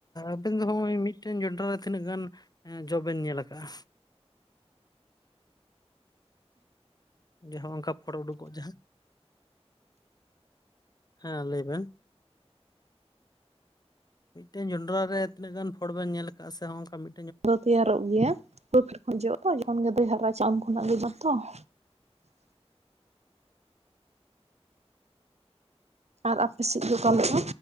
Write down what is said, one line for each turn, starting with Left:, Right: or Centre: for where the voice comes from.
Left: ᱟᱵᱮᱱ ᱫᱚ ᱦᱚᱸᱜᱼᱚᱭ ᱢᱤᱫᱴᱮᱱ ᱡᱚᱱᱰᱨᱟ ᱛᱤᱱᱟᱹᱜ ᱜᱟᱱ ᱮᱸ ᱡᱚ ᱵᱮᱱ ᱧᱮᱞ ᱟᱠᱟᱜᱼᱟ? ᱡᱟᱦᱟᱸ ᱚᱝᱠᱟ ᱯᱷᱚᱲ ᱩᱰᱩᱠᱚᱜ ᱡᱟᱦᱟᱸ? ᱦᱮᱸ ᱞᱟᱹᱭ ᱵᱮᱱ ᱾ ᱢᱤᱫᱴᱮᱱ ᱡᱚᱸᱰᱨᱟ ᱨᱮ ᱛᱤᱱᱟᱹᱜ ᱜᱟᱱ ᱯᱷᱚᱲ ᱵᱮᱱ ᱧᱮᱞ ᱟᱠᱟᱜᱼᱟ ᱥᱮ ᱦᱚᱜᱼᱚᱝᱠᱟ ᱢᱤ
Right: ᱫᱚ ᱛᱮᱭᱟᱨᱚᱜ ᱜᱮᱭᱟ ᱵᱟᱹᱫᱽ ᱠᱷᱚᱱ ᱡᱚᱜᱼᱟ ᱛᱚ ᱡᱚᱠᱷᱚᱱ ᱜᱮ ᱫᱚᱭ ᱦᱟᱨᱟᱪᱟᱢ ᱠᱷᱚᱱᱟᱜ ᱜᱮ ᱵᱟᱝᱛᱚ ᱾ ᱟᱨ ᱟᱯᱮ ᱥᱮᱫ ᱫᱚ ᱚᱠᱟᱞᱮᱠᱟ?